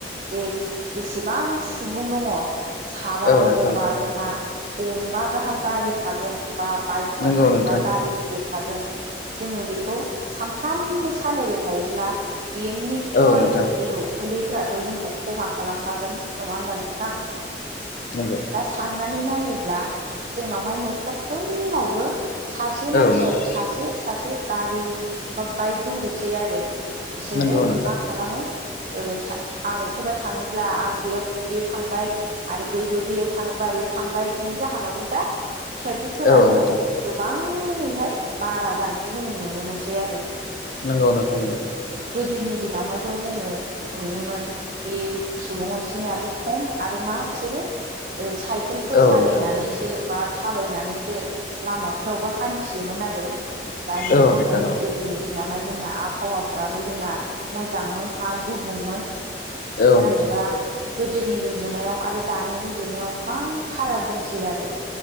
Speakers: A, on the right; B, on the left.
A: जे-जेसेबां सुबुं दङ साबा
B: औ
A: दङ'बा
B: नोंथां
A: जोंहा गंबा गाहाम गारि थागोन बा बाइक थागोन
B: नंगौ नोंथां
A: बा गारि गिदिर थागोन जोङो बेखौ सानफ्रामबो सालायबाय थायोब्ला बियो नितसय
B: औ नोंथां
A: बिनि उखुन्दैफोराथ' जोंखौ खहा खालामखागोन। नङा होनबा नोंथां?
B: नंगौ
A: दा सान नानै नायोब्ला जोंनावहाय न'खरफ्रोमावबो सासे मानसियाव
B: औ नोंथां
A: सासे सासे गारि बा बाइक दंजोबसै आरो, बिसोरो
B: नंगौ नोंथां
A: मा खालामो ओ सा आं अफायबा थांनोब्ला आं बेयाव बे थांबाय आरो बैबो बैयाव थांङोबा बेयाव थांबाय बिनि जाहोनावनो दा ट्रेफिकफोराबो
B: औ नोंथां
A: गोबाङैहाय बारा जानायखौ जोङो नुनो मोनसै आरो
B: नंगौ नोंथां नंगौ
A: गोदोनि दिनावहायथ जोङो नुयोमोन खि सुबुं अनजिमायाबो खम आरो मा मा बिसोरो ओ साय साइखेलफोर
B: औ
A: सालायनानैसो
B: नोंथां
A: बा थाबायनानैसो लामाफोरावबो हान्थियोमोन आरो दा बेनि
B: औ
A: थाखायनो
B: नोंथां
A: गोदोनि दिन नावहाय जोंना आबहावाफोराबो जोंना मोजांमोन मा गुबुंमोन
B: औ औ
A: नाथायबा
B: नोंथां
A: गोदोनि रुजुनायाव आरो दानि रुजुनायाव गोबां फाराग दंसै आरो